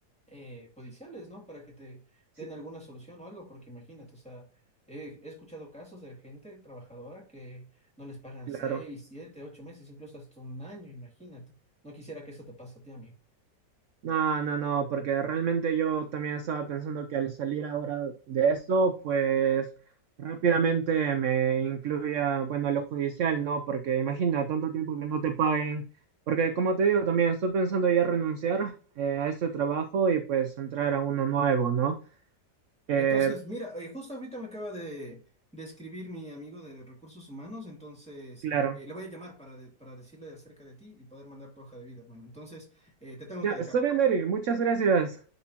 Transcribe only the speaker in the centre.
eh, judiciales, ¿no? Para que te
den alguna solución o algo, porque imagínate, o sea... He, he escuchado casos de gente trabajadora que no les pagan
seis, siete, ocho meses, incluso hasta un año, imagínate. No quisiera que eso te pase a ti, amigo.
Entonces, mira, eh, justo ahorita me acaba de, de escribir mi amigo de recursos humanos, entonces
eh, le voy a llamar para, de- para decirle acerca de ti y poder mandar tu hoja de vida, hermano. Entonces, eh, te tengo
que dejar.